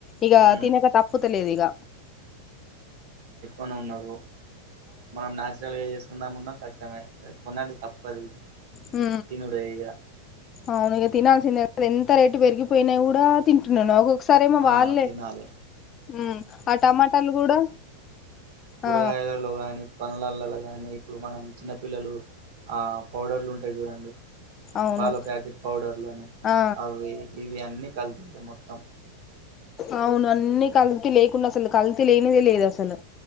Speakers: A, on the left; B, on the right.
A: ఇక
B: ఉమ్
A: తినక తప్పుత లేదు ఇక
B: ఓనో ఉన్నారు మనం నాచురల్ గా చేసుకుందామున్నా కష్టమే కొనాలి తప్పదు ఇగ
A: హు
B: తినుడే ఇగ
A: అవును ఇంకా తినాల్సిందే అది ఎంత రేటు పెరిగిపోయినా కూడా తింటున్నాను ఒక్కసారి ఏమో
B: ఆ
A: వాళ్ళే
B: తినాలి
A: ఉహ్మ్ ఆ టమాటాలు కూడా
B: కూరగాయలు
A: ఆ
B: లో గాని పనుల్లలో గానీ ఇప్పుడు మనం చిన్నపిల్లలు ఆ పౌడర్లు ఉంటాయి చూడండి
A: అవును
B: పాల ప్యాకెట్ పౌడర్ లోని
A: ఆ
B: అవి ఇవి అన్నీ కల్తీలే మొత్తం
A: అవును అన్ని కల్తీలే లేకుండా అసలు కల్తి లేనిదే లేదు అసలు